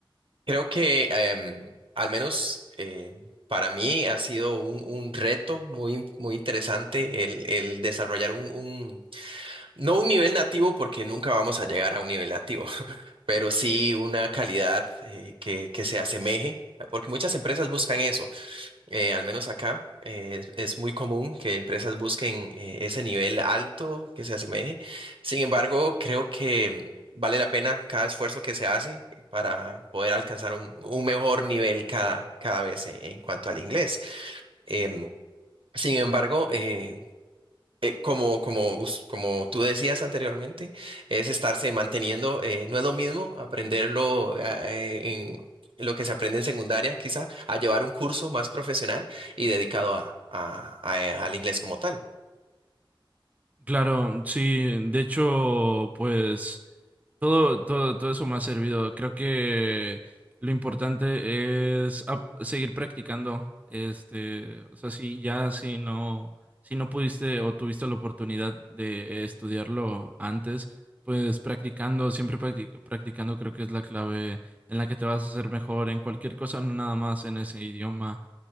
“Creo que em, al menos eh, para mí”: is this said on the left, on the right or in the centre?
Right